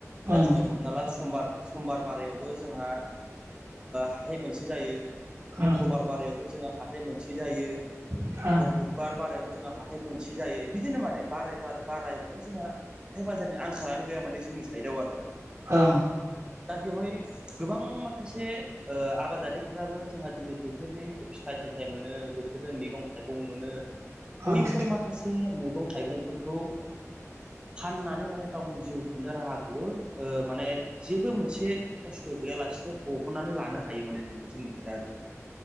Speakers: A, on the right (about 20°); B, on the right (about 50°).
A: दा
B: ओं
A: दिनै हमना ला समबार समबार बारायावबो जोंहा हाथाय मोनसे जायो। मंगलबार
B: ओं
A: बारायावबो जोहा हाथाय मोनसे जायो
B: ओं
A: आरो बुधबार बारायावबो। जोंहा हाथाइ मोनसे जायो बिदिनो माने बाराय बाराय बाराय माने जोंहा हाथथाय बाजारनि आंखालानो गैया माने जों आंनि साइदआव आरो
B: औ
A: दा बेवहाय गोबां माखासे आबादारिफोराबो जोंहा दिनै बोथोरनि फिथाइ हिसाबै सामथाइ मोनो बोथोरजों मैगं थाइगं मोनो। बैफोर
B: ओं
A: माखासे मैगं थाइगंफोरखौ फाननानै माने गावनि जिउ खुंनो राहाखौबो माने जेबो मोनसे खस्थ' गैयालासेनो बहननानै लानो हायो माने नोंथांजोंनि खि दा आरो